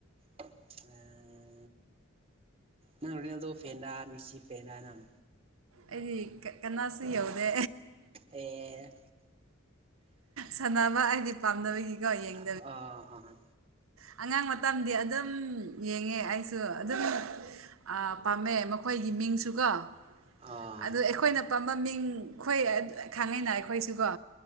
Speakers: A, on the right (about 30°); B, on the right (about 85°).
A: ꯑ ꯅꯪ ꯔꯤꯅꯥꯜꯗꯣ ꯐꯦꯟꯂꯥ ꯃꯦꯁꯤ ꯐꯦꯟꯂꯥ ꯅꯪ꯫
B: ꯑꯩꯗꯤ ꯀꯅꯥꯁꯨ ꯌꯧꯗꯦ
A: ꯑꯦ꯫
B: ꯁꯥꯟꯅꯕ ꯑꯩꯗꯤ ꯄꯥꯝꯗꯕꯒꯤꯀꯣ ꯌꯦꯡ
A: ꯑꯣ ꯑꯥ ꯑꯥ꯫
B: ꯑꯉꯥꯡ ꯃꯇꯝꯗꯤ ꯑꯗꯨꯝ ꯌꯦꯡꯉꯦ ꯑꯩꯁꯨ ꯑꯗꯨꯝ ꯑ ꯄꯥꯝꯃꯦ ꯃꯈꯣꯏꯒꯤ ꯃꯤꯡꯁꯨꯀꯣ
A: ꯑꯥ
B: ꯑꯗꯨ ꯑꯩꯈꯣꯏꯅ ꯄꯥꯝꯕ ꯃꯃꯤꯡ ꯑꯈꯣꯏ ꯈꯪꯉꯤꯅ ꯑꯩꯈꯣꯏꯁꯨꯀꯣ